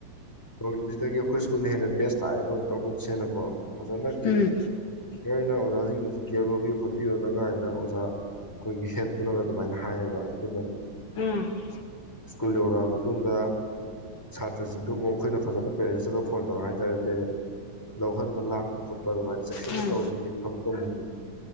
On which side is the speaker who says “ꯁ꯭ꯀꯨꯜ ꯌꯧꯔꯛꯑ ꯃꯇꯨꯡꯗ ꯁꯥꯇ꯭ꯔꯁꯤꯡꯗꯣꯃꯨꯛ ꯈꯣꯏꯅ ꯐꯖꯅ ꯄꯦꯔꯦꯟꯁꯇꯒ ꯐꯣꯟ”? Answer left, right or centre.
Centre